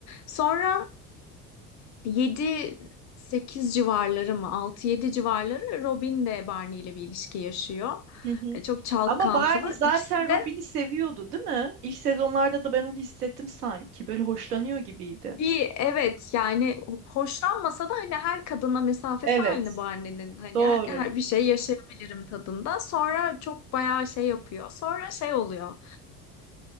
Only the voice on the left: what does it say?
Sonra Yedi, sekiz civarları mı Altı, yedi civarları Robin de Barney ile bir ilişki yaşıyor.
E, Çok çalkantılı.
İkisi de
bir evet yani hoşlanmasa da hani her kadına mesafesi
aynı Barney'nin. Hani
her her bir şey yaşayabilirim tadında. Sonra çok bayağı şey yapıyor. Sonra şey oluyor.